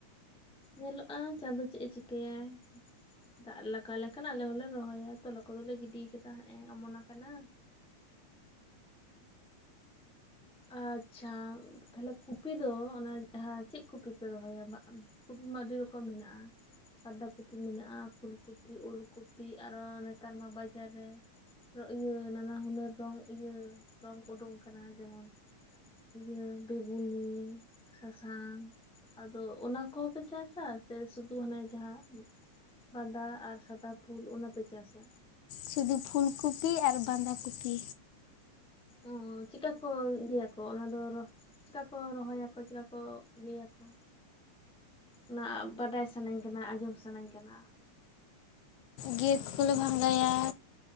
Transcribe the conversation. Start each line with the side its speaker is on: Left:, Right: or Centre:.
Centre: ᱧᱮᱞᱚᱜᱼᱟ ᱪᱟᱸᱫᱳ ᱪᱮᱫ ᱮ ᱪᱤᱠᱟᱭᱟ ᱫᱟᱜ ᱮ ᱞᱟᱜᱟᱣ ᱞᱮᱠᱷᱟᱱ ᱟᱞᱮ ᱦᱚᱞᱮ ᱨᱚᱦᱚᱭᱟ ᱛᱚᱞᱟ ᱠᱚ ᱫᱚᱞᱮ ᱜᱤᱰᱤ ᱟᱠᱟᱫᱟ ᱦᱮᱸᱜ ᱮᱸ ᱚᱢᱚᱱ ᱟᱠᱟᱱᱟ, ᱟᱪᱪᱷᱟ ᱛᱟᱦᱞᱮ ᱠᱩᱯᱤ ᱫᱚ ᱚᱱᱟ ᱡᱟᱦᱟᱸ ᱪᱮᱫ ᱠᱩᱯᱤ ᱯᱮ ᱨᱚᱦᱚᱭᱟ? ᱠᱩᱯᱤ ᱢᱟ ᱟᱹᱰᱤ ᱨᱚᱠᱚᱢ ᱢᱮᱱᱟᱜᱼᱟ, ᱵᱟᱸᱫᱟ ᱠᱩᱯᱤ ᱢᱮᱱᱟᱜᱼᱟ ᱯᱷᱩᱞ ᱠᱩᱯᱤ ᱩᱞ ᱠᱩᱯᱤ ᱟᱨᱚ ᱱᱮᱛᱟᱨ ᱢᱟ ᱵᱟᱡᱟᱨ ᱨᱮ ᱤᱭᱟᱹ ᱱᱟᱱᱟᱦᱩᱱᱟᱹᱨ ᱨᱚᱝ ᱤᱭᱟᱹ ᱨᱚᱝ ᱩᱰᱩᱝ ᱠᱟᱱᱟ, ᱡᱮᱢᱚᱱ ᱤᱭᱟᱹ ᱵᱮᱜᱩᱱᱩᱱᱤ, ᱥᱟᱥᱟᱝ ᱟᱫᱚ ᱚᱱᱟ ᱠᱚᱦᱚ ᱯᱮ ᱪᱟᱥᱟ ᱥᱮ ᱥᱩᱫᱷᱩ ᱦᱟᱱᱮ ᱡᱟᱦᱟᱸ ᱵᱟᱫᱟ ᱟᱨ ᱥᱟᱫᱟ ᱯᱷᱩᱞ ᱚᱱᱟᱯᱮ ᱪᱟᱥᱟ?
Left: ᱥᱩᱫᱩ ᱯᱷᱩᱞ ᱠᱩᱯᱤ ᱟᱨ ᱵᱟᱸᱫᱷᱟ ᱠᱩᱯᱤ᱾
Centre: ᱚ ᱪᱮᱫᱠᱟ ᱠᱚ ᱤᱭᱟᱹ ᱠᱚ ᱚᱱᱟ ᱫᱚ ᱨᱚ ᱪᱤᱠᱟᱹ ᱠᱚ ᱨᱚᱦᱚᱭᱟᱠᱚ ᱪᱤᱠᱟᱹ ᱠᱚ ᱤᱭᱟᱹᱭᱟᱠᱚ? ᱚᱱᱟ ᱵᱟᱰᱟᱭ ᱥᱟᱱᱟᱧ ᱠᱟᱱᱟ ᱟᱸᱡᱚᱢ ᱥᱟᱱᱟᱧ ᱠᱟᱱᱟ᱾
Left: ᱜᱮᱫ ᱠᱚᱞᱮ ᱵᱷᱟᱸᱜᱟᱭᱟ